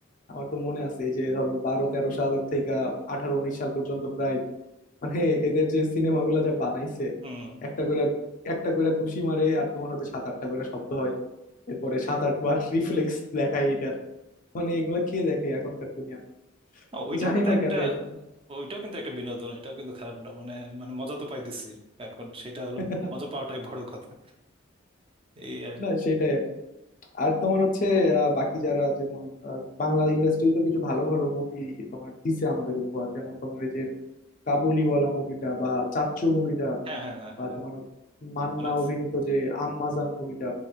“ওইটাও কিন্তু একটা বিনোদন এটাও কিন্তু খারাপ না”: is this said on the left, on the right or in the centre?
Right